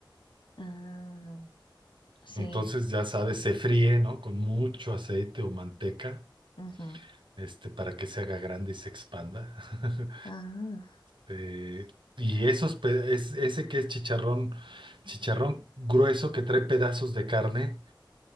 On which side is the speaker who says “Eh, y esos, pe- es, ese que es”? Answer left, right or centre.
Right